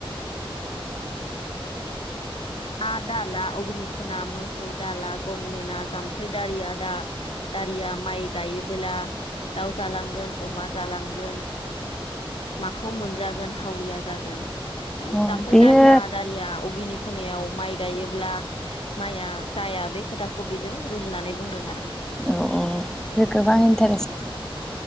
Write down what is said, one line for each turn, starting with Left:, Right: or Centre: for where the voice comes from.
Left: <unintelligible> ना दाला अग्नि खना मोसौ दाला गंमेना जाम्फै दारि आ दा दारिया माइ गायो। बोला दाउ जालांगोन अमा जालांगोन माखौ मोनजागोन हावरिया जागोन। बे
Centre: अ
Left: जाम्फै
Centre: बेयो
Left: दारिया दारिया उगेनि खनायाव माइ गायोब्ला माइया जाया बे खोथाखौ बेजों रुजुनानै बुंदों आरो।
Centre: औ औ जे गोबां इन्टारेस्ट।